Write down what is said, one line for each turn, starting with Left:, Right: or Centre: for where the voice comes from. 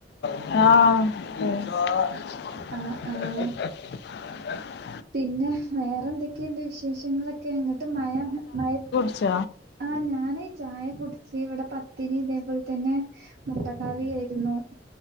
Left: ആഹ് <unintelligible>
Right: ആഹ് ആഹ് പിന്നെ വേറെ എന്തൊക്കെയുണ്ട് വിശേഷങ്ങളൊക്കെ അങ്ങോട്ട് മഴ മഴ
Left: അച്ച
Right: ആഹ് ഞാന് ഈ ചായ കുടിച്ച് ഇവിടെ പത്തിരി ഇതേപോലെ തന്നെ മുട്ടക്കറി ആയിരുന്നു